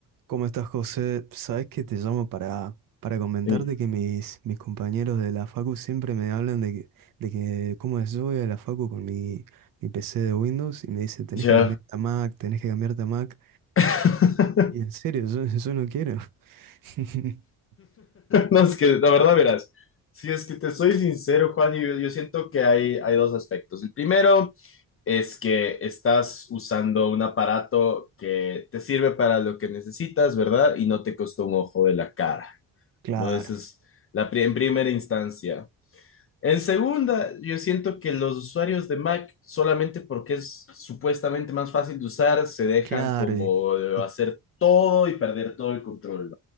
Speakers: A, on the right (about 55°); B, on the left (about 35°).
A: ¿Cómo estás, José? Sabes que te llamo para, para comentarte
B: Y
A: que mis, mis compañeros de la Facu siempre me hablan de que, de que cómo es, yo voy a la Facu con mi, mi PC de Windows y me dicen, tenés
B: ya.
A: que cambiarte a Mac, tenés que cambiarte a Mac.
B: <laughs>
A: Y en serio, yo, <laughs> yo no quiero. <laughs>
B: No, es que la verdad, verás, si es que te soy sincero, Juan, yo, yo siento que hay, hay dos aspectos. El primero es que estás usando un aparato que te sirve para lo que necesitas, ¿verdad? Y no te costó un ojo de la cara,
A: Claro,
B: ¿no? Esa es la pri- en primera instancia. En segunda, yo siento que los usuarios de Mac, solamente porque es supuestamente más fácil de usar, se dejan
A: claro.
B: como
A: Y, y-
B: hacer todo y perder todo el control,